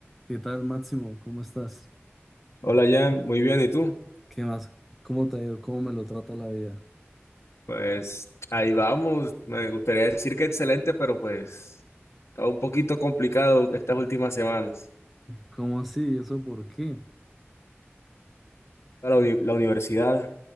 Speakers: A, in the centre; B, on the left.
A: ¿Qué tal, Máximo? ¿Cómo estás?
B: Hola Jan, muy bien, ¿y tú?
A: ¿Qué más? ¿Cómo te ha ido? ¿Cómo me lo trata la vida?
B: Pues ahí vamos, me gustaría decir que excelente, pero pues está un poquito complicado estas últimas semanas.
A: ¿Cómo así? ¿Eso por qué?
B: La, uni- la universidad,